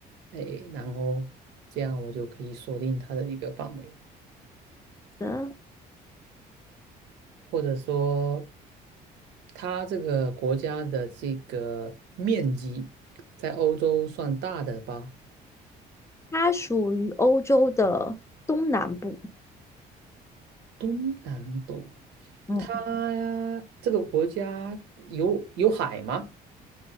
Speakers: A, on the right (about 85°); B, on the left (about 15°).
A: 诶南欧？这样我就可以锁定它的一个范围，
B: 嗯，
A: 或者说它这个国家的这个面积在欧洲算大的吧？
B: 它属于欧洲的东南部。
A: 东南部，
B: 嗯，
A: 它这个国家有有海吗？